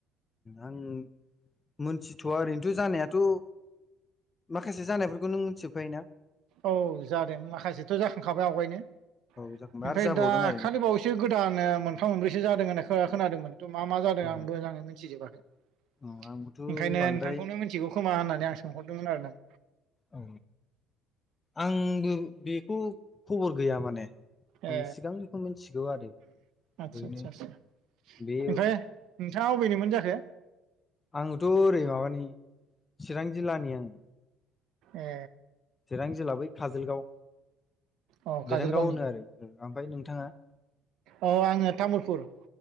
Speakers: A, on the left (about 20°); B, on the right (about 60°).
A: आं मोनथिथ'वा ओरैनोथ' जानायाथ' माखासे जानायफोरखौ नों मिथिजोबखायो ना?
B: औ जादों माखासेथ' जाखांखाबाय आवगायनो
A: औ जाखांबाय
B: ओमफ्राय
A: आरो जाबावदों
B: दाखालि
A: आरोना
B: बावैसो गोदानो ओ मोनथाम मोनब्रैसो जादों होनना खो- खोनादोंमोन थ' मा मा जादों
A: औ
B: आं मोजांङै मिथिजोबा ओंखायनो
A: औ आंबोथ' बांद्राय
B: नोंथांखौनो मोनथिगौ खोमा होननानै आं सोंहरदोंमोन आरो ना?
A: औ आंबो बेखौ खबर गैया माने
B: ए
A: आं सिगांनिखौ मिथिगौ आरो
B: आदसा
A: ओरैनो
B: आदसा आदसा
A: बे
B: ओमफ्राय नोंथांङा अबेनिमोन जाखो?
A: आंङोथ' ओरै माबानि चिरां जिल्लानि आंङो
B: ए
A: चिरां जिल्ला बै काजोलगाव
B: औ काजलगावनि
A: बेरेंगाव होनो आरो ओमफ्राय नोंथाङा
B: औ आङो तामुलपुर